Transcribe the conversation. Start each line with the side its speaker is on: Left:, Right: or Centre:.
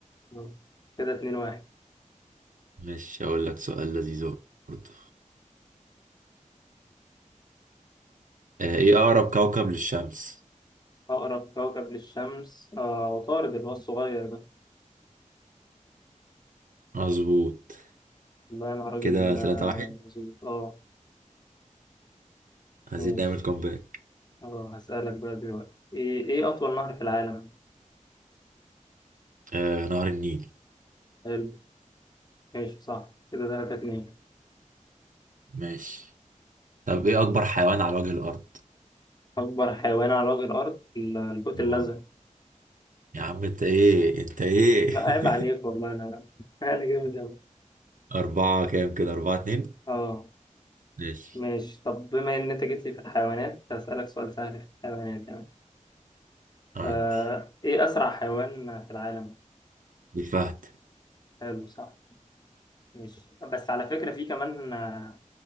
Left: آه. كده اتنين واحد
Right: مش هقول لك سؤال لذيذ برضه آه، ايه اقرب كوكب للشمس
Left: أقرب كوكب للشمس اه عطارد اللي هو الصغير ده
Right: مظبوط
Left: والله أنا راجل
Right: كده ثلاثة
Left: آه،
Right: واحد
Left: مظبوط اه
Right: عايزين
Left: ماشي
Right: نعمل كومباك
Left: اه هسألك بقى دلوقتي ايه ايه أطول نهر في العالم؟
Right: آه نهر النيل
Left: حلو ماشي صح كده تلاتة اتنين
Right: ماشي طب ايه اكبر حيوان على وجه الارض
Left: أكبر حيوان على وجه الأرض ال- الحوت الأزرق
Right: اه يا عم انت ايه انت ايه
Left: لا عيب
Right: <laughs>
Left: عليك والله أنا <laughs> أنا جامد أوي
Right: أربعة كام كده أربعة اتنين
Left: اه
Right: ماشي
Left: ماشي طب بما ان انت جيت لي في الحيوانات هسألك سؤال سهل في الحيوانات يعني
Right: عدي
Left: آه ايه اسرع حيوان في العالم
Right: الفهد
Left: حلو صح ماشي بس على فكرة في كمان آه،